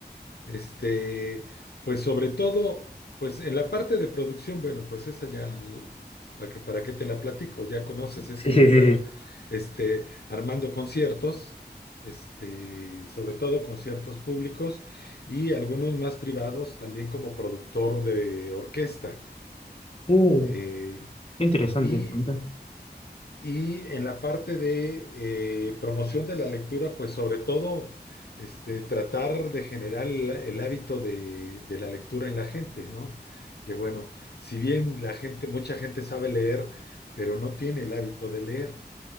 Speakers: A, on the left; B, on the left.
A: Este, pues sobre todo, pues en la parte de producción, bueno, pues esa ya, l- ¿para qué para qué te la platico? Ya conoces
B: Sí,
A: eso
B: sí, sí,
A: de andar,
B: sí.
A: este, armando conciertos, este, sobre todo conciertos públicos y algunos más privados, también como productor de orquesta.
B: Uh,
A: Eh,
B: qué interesante.
A: y
B: eso, Mirá.
A: y en la parte de eh, promoción de la lectura, pues sobre todo este, tratar de generar el, el hábito de, de la lectura en la gente, ¿no? Que bueno, si bien la gente, mucha gente sabe leer, pero no tiene el hábito de leer.